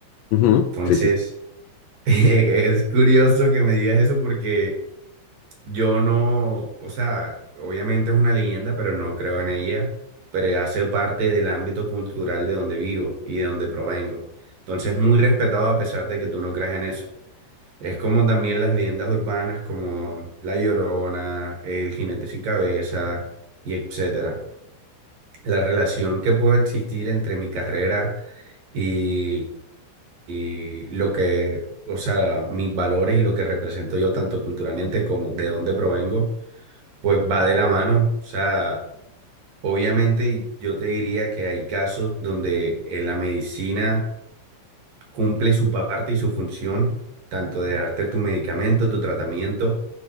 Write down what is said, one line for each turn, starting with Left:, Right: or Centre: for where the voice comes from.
Left: Ujú,
Right: Entonces,
Left: Sí, sí.
Right: <laughs> es curioso que me digas eso porque yo no, o sea, obviamente es una leyenda, pero no creo en ella, pero hace parte del ámbito cultural de donde vivo y de donde provengo. Entonces, muy respetado a pesar de que tú no creas en eso. Es como también las leyendas urbanas como La Llorona, El Jinete Sin Cabeza y etcétera. La relación que puede existir entre mi carrera y, y lo que, o sea, mis valores y lo que represento yo tanto culturalmente como de dónde provengo, pues va de la mano. O sea, obviamente yo te diría que hay casos donde eh, la medicina cumple su parte y su función, tanto de darte tu medicamento, tu tratamiento,